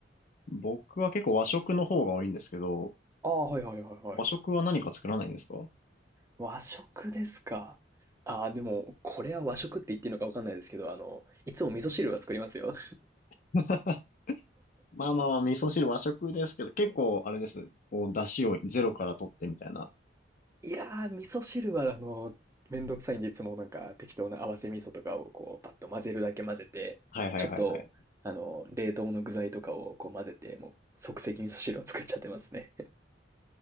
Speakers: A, on the left; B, on the right.
A: 僕は結構和食の方が多いんですけど、
B: ああ、はいはいはいはい。
A: 和食は何か作らないんですか
B: 和食ですか。ああ、でも、これは和食って言っていいのかわかんないですけど、あの、いつも味噌汁は作りますよ。
A: <laughs> まあまあまあ、味噌汁和食ですけど、結構あれです。こう、出汁をゼロから取ってみたいな。
B: <laughs> いやー、味噌汁は、あの、めんどくさいんで、いつもなんか適当な合わせ味噌とかをこう、パッと混ぜるだけ混ぜて、
A: はいはいはいはい。
B: ちょっと、あの、冷凍の具材とかをこう混ぜて、もう即席味噌汁を作っちゃってますね。